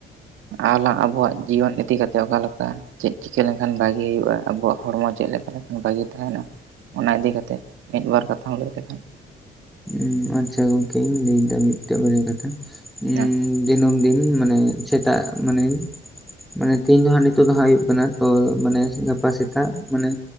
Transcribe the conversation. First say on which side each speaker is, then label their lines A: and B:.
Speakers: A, on the right; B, in the centre.
A: ᱟᱣᱞᱟ ᱟᱵᱚᱣᱟᱜ ᱡᱤᱭᱚᱱ ᱤᱫᱤ ᱠᱟᱛᱮᱫ ᱚᱠᱟᱞᱮᱠᱟ ᱪᱮᱫ ᱪᱤᱠᱟᱹ ᱞᱮᱱᱠᱷᱟᱱ ᱵᱷᱟᱜᱤ ᱦᱩᱭᱩᱜᱼᱟ ᱟᱵᱚᱣᱟᱜ ᱦᱚᱲᱢᱚ ᱪᱮᱫ ᱞᱮᱠᱟ ᱞᱮᱠᱷᱟᱱ ᱵᱷᱟᱜᱤ ᱛᱟᱦᱮᱸᱱᱟ, ᱚᱱᱟ ᱤᱫᱤ ᱠᱟᱛᱮ ᱢᱤᱫ ᱵᱟᱨ ᱠᱟᱛᱷᱟᱢ ᱞᱟᱹᱭ ᱞᱮᱠᱷᱟᱱ
B: ᱩᱸ ᱟᱪᱪᱷᱟ ᱜᱚᱝᱠᱮᱧ ᱞᱟᱹᱭ ᱫᱟ ᱢᱤᱫᱴᱮᱱ ᱵᱟᱨᱭᱟ ᱠᱟᱛᱷᱟ ᱩᱸ
A: ᱦᱮᱸ
B: ᱫᱤᱱᱟᱹᱢ ᱫᱤᱱ ᱢᱟᱱᱮ ᱥᱮᱛᱟᱜ ᱢᱟᱱᱮ ᱢᱟᱱᱮ ᱛᱮᱦᱮᱧ ᱫᱚ ᱦᱟᱸᱜ ᱱᱤᱛᱚᱜ ᱫᱚ ᱦᱟᱸᱜ ᱦᱩᱭᱩᱜ ᱠᱟᱱᱟ ᱛᱚ ᱢᱟᱱᱮ ᱜᱟᱯᱟ ᱥᱮᱛᱟᱜ ᱢᱟᱱᱮ